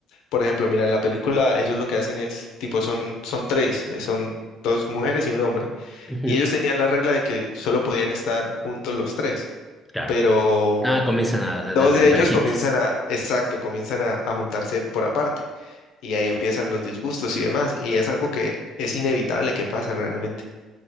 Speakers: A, on the left; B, in the centre.
A: por ejemplo, mira, en la película ellos lo que hacen es, tipo, son, son tres, eh, son dos mujeres y un hombre,
B: Ujú,
A: y ellos tenían la regla de que solo podían estar juntos los tres,
B: Claro.
A: pero
B: Nada, comienzan a, a
A: dos
B: darle
A: de
B: en
A: ellos
B: parejitas.
A: comienzan a, exacto, comienzan a a juntarse por aparte. y ahí empiezan los disgustos y demás. Y es algo que es inevitable que pase realmente.